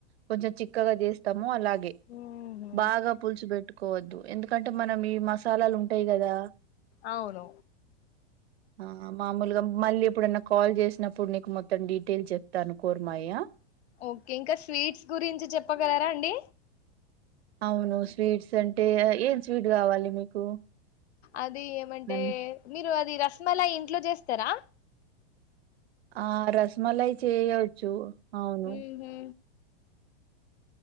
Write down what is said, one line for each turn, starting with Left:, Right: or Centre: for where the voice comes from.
Right: కొంచెం చిక్కగా చేస్తాం అలాగే
Left: ఉహు
Right: బాగా పులుసు పెట్టుకోవద్దు ఎందుకంటే మనం ఈ మసాలాలు ఉంటాయి కదా
Left: అవును
Right: ఆ ఆ మామూలుగా మళ్ళీ ఎప్పుడైన్న కాల్ చేసినప్పుడు నీకు మొత్తం డీటెయిల్స్ చెప్తాను కుర్మయ్య
Left: ఓకే ఇంకా స్వీట్స్ గురించి చెప్పగలరా అండి
Right: అవును స్వీట్స్ అంటే ఏం స్వీట్ కావాలి మీకు
Left: అది ఏమంటే
Right: అన్ని
Left: మీరు అది రసమలా ఇంట్లో చేస్తారా
Right: ఆ రసమలై చేయవచ్చు అవును
Left: ఉహు